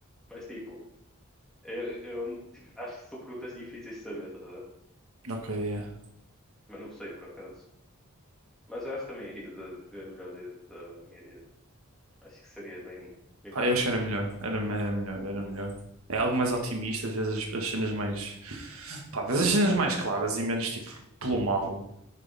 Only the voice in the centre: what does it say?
mas tipo, Eu, eu, tipo, acho que são perguntas difíceis de saber, tá, a ver?
mas não sei por acaso. Mas eu acho que também iria de, de ver melhor de- da minha vida. Acho que seria bem, bem
mais
fixe.
Uhum.